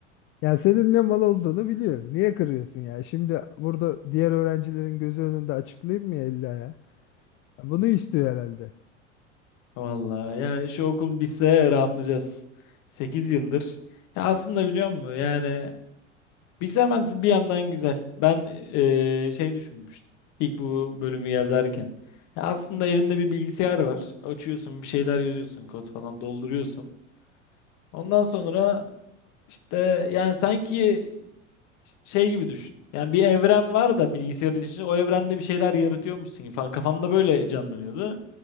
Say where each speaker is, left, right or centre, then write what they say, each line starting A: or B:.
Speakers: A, on the left (about 35°); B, on the left (about 50°).
A: ya senin ne mal olduğunu biliyoruz. Niye kırıyorsun ya? Şimdi burada diğer öğrencilerin gözü önünde açıklayayım mı ya illa ya? Bunu istiyor herhalde.
B: Vallahi yani şu okul bitse rahatlayacağız. 8 yıldır. Ya aslında biliyor musun? Yani bilgisayar mühendisliği bir yandan güzel. Ben eee, şey düşünmüştüm. İlk bu bölümü yazarken. Ya aslında elinde bir bilgisayar var. Açıyorsun, bir şeyler yazıyorsun, kod falan dolduruyorsun. Ondan sonra işte yani sanki şey gibi düşün. Yani bir evren var da bilgisayarın içinde o evrende bir şeyler yaratıyormuşsun gibi falan. Kafamda böyle canlanıyordu.